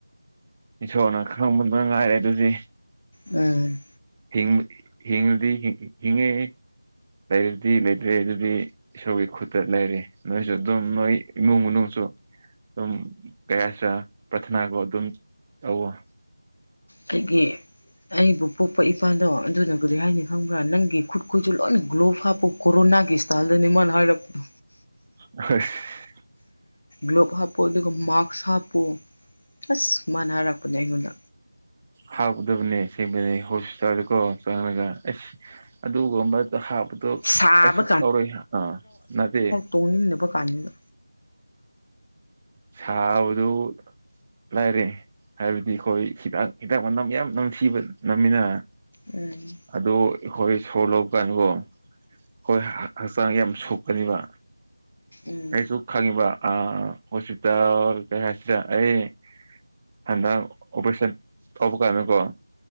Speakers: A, on the right; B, on the left.
A: ꯏꯁꯣꯔꯅ ꯈꯪꯕꯗꯨ ꯉꯥꯏꯔꯦ ꯑꯗꯨꯗꯤ
B: ꯎꯝ
A: ꯍꯤꯡꯕ ꯍꯤꯡꯉꯗꯤ ꯍꯤꯡꯉꯦ ꯂꯩꯔꯗꯤ ꯂꯩꯇ꯭ꯔꯦ ꯑꯗꯨꯗꯤ ꯏꯁꯣꯔꯒꯤ ꯈꯨꯠꯇ ꯂꯩꯔꯤ ꯅꯣꯏꯁꯨ ꯑꯗꯨꯝ ꯅꯣꯏ ꯏꯃꯨꯡ ꯃꯅꯨꯡꯁꯨ ꯑꯗꯨꯝ ꯀꯩ ꯍꯥꯏꯁꯤꯔ ꯄ꯭ꯔꯊꯅꯥꯒ ꯑꯗꯨꯝ ꯇꯧꯑꯣ꯫
B: ꯑꯩꯒꯤ ꯑꯩꯕꯨ ꯄꯣꯛꯄ ꯏꯄꯥꯥꯗꯣ ꯑꯗꯨꯅ ꯀꯔꯤ ꯍꯥꯏꯅꯤ ꯈꯪꯕ꯭ꯔꯥ ꯅꯪꯒꯤ ꯈꯨꯠ ꯈꯨꯠꯁꯨ ꯂꯣꯏꯅ ꯒ꯭ꯂꯣꯕ ꯍꯥꯞꯄꯨ ꯀꯣꯔꯣꯅꯥꯒꯤ ꯏꯁꯇꯥꯏꯜꯗꯅꯤ ꯃꯥꯅ ꯍꯥꯏꯔꯛꯄꯗꯨ꯫
A: <unintelligible>
B: ꯒ꯭ꯂꯣꯚ ꯍꯥꯞꯄꯨ ꯑꯗꯨꯒ ꯃꯥꯛꯁ ꯍꯥꯞꯄꯨ ꯑꯁ ꯃꯥꯟꯅ ꯍꯥꯏꯔꯛꯄꯅꯦ ꯑꯩꯉꯣꯟꯗ
A: ꯍꯥꯞꯀꯗꯕꯅꯦꯕ ꯑꯁꯦꯡꯕꯅꯦ ꯍꯣꯁꯄꯤꯇꯥꯜꯗꯀꯣ ꯆꯪꯔꯒ ꯑꯁ ꯑꯗꯨꯒꯨꯝꯕꯗ ꯍꯥꯞꯄꯗꯣ
B: ꯁꯥꯕ
A: ꯀꯩꯁꯨ ꯇꯧꯔꯣꯏ ꯑꯥ ꯅꯠꯇꯦ
B: ꯇꯣꯡꯅꯤꯡꯅꯕ ꯀꯥꯟꯅꯅ
A: ꯁ ꯁꯥꯕꯗꯨꯠ ꯂꯥꯏꯔꯦ ꯍꯥꯏꯕꯗꯤ ꯈꯣꯏ ꯍꯤꯗꯥꯛ ꯍꯤꯗꯥꯛ ꯃꯅꯥ ꯃꯤꯌꯥꯝ ꯅꯝꯊꯤꯕ ꯅꯝꯃꯤꯅ
B: ꯎꯝ
A: ꯑꯗꯣ ꯑꯦꯈꯣꯏ ꯁꯣ ꯂꯧꯕ ꯀꯥꯟꯗꯀꯣ ꯈꯣꯏ ꯍꯥ ꯍꯛꯆꯥꯡ ꯌꯥꯝ ꯁꯣꯛꯀꯅꯤꯕ
B: ꯎꯝ
A: ꯑꯩꯁꯨ ꯈꯪꯉꯤꯕ ꯑꯥ ꯍꯣꯁꯄꯤꯇꯥꯜ ꯀꯩ ꯍꯥꯏꯁꯤꯔ ꯑꯩ ꯍꯟꯗꯛ ꯑꯣꯄ꯭ꯔꯦꯁꯟ ꯇꯧꯕ ꯀꯥꯟꯗꯀꯣ